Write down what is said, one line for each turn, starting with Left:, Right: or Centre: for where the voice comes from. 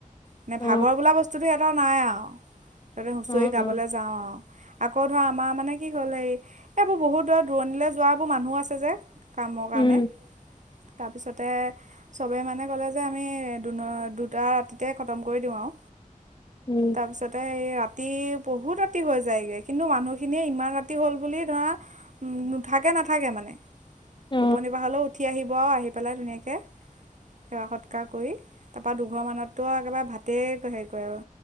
Right: মানে
Left: অ
Right: ভাগৰ বোলা বস্তুতো নাই আৰু তাতে হুঁচৰি
Left: অ অ
Right: গাবলৈ যাওঁ আৰু৷ আকৌ ধৰা আমাৰ মানে কি হ'ল, এই এইবোৰ বহুতৰ দূৰণিলৈ যোৱাবোৰ মানুহ আছে যে৷ কামৰ কাৰণে
Left: উম
Right: তাৰপিছতে চবে মানে ক'লে যে আমি দুটা ৰাতিতে খতম কৰি দিওঁ আৰু।
Left: উম
Right: তাৰপিছতে এয়া ৰাতি বহুত ৰাতি হৈ যায়গে। কিন্তু মানুহখিনিয়ে ইমান ৰাতি হ'ল বুলি ধৰা নুঠাকে নাথাকে মানে৷টোপনি-পা
Left: অ
Right: হলেও উঠি আহিব আৰু, আহি পেলাই ধুনীয়াকে সেৱা- সৎকাৰ কৰি তাৰপা দুঘৰ মাতটো আ একেবাৰে ভাতে হেৰি কৰে আৰু